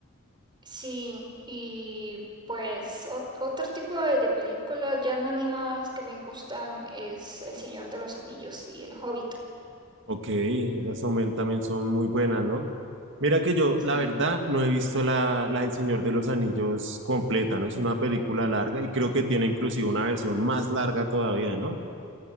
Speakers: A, on the right; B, on the right.
A: Sí, y pues ot- otro tipo de, de películas ya no animadas que me gustan es El Señor de los Anillos y El Hobbit.
B: Ok, esas también, también son muy buenas, ¿no? Mira que yo,
A: sí.
B: la verdad, no he visto la, la del Señor de los Anillos completa, ¿no? Es una película larga y creo que tiene inclusive una versión más larga todavía, ¿no?